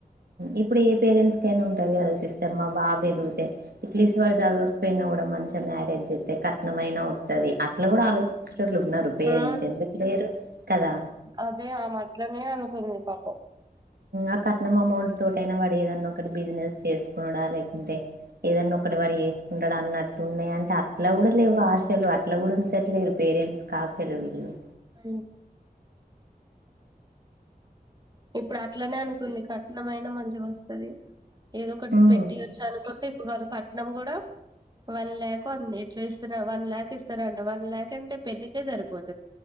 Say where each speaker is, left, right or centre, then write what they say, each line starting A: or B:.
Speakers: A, on the right (about 85°); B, on the right (about 25°).
A: ఇప్పుడు ఏ పేరెంట్స్ ఉంటంది కదా సిస్టర్ మా బాబు ఎదిగుతే ఇట్లీస్ట్ వాళ చదవకపోయినా కూడా మంచిగా మ్యారేజ్ చెస్తతే కట్నమయినా వవుది అట్లా కూడా ఆలో <unintelligible> ఉన్నారు పేరెంట్స్
B: ఆ
A: ఎందుకు లేరు కదా
B: అదే ఆ మట్లానేే అనుకుందింది పాపం
A: ఆ కట్నం అమౌంట్ తోటయినా వాడు ఏదన్నా ఒకటి బిజినెస్ చేసుకున్నాడా లేకుంటే ఏదన్నా ఒకటి వాడు చేసుకుంటాడు అన్నట్టు ఉన్నాయి అంటే అట్లా కూడా లేవు ఆశలు అట్లా కూడా ఉంచట్లేదు పేరెంట్స్ క ఆశలు వీళ్ళు
B: అ ఇప్పుడు అట్లనే అనుకుంది కా ఇన్నమైైన మంచిగా వస్తుంది ఏదో ఒకటి
A: ఉమ్
B: పెట్టి వచ్చ అనుకుంటే వాళ కట్టనం కూడా వన్ ల్యాక్ అంది ఎట్లా ఇస్తార వన్ ల్యాక్ ఇస్తారంట వన్ ల్యాక్ అంటే పెళ్ళకే సరిపోతుంది